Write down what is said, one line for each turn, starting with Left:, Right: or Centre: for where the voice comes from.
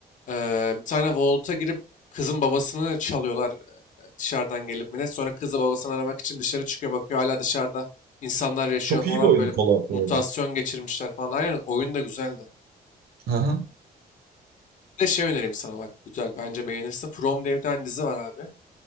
Left: e, bir tane vault'a girip kızın babasını çalıyorlar e, dışarıdan gelip mi ne. Sonra kızı babasını aramak için dışarı çıkıyor bakıyor hala dışarıda insanlar yaşıyor
Right: Çok
Left: falan
Right: iyi bir oyun
Left: böyle
Right: Fallout bu
Left: mutasyon
Right: arada.
Left: geçirmişler falan. Aynen oyun da güzeldi.
Right: Aha.
Left: Bir de şey önereyim sana bak güzel bence beğenirsin. From diye bir tane dizi var abi.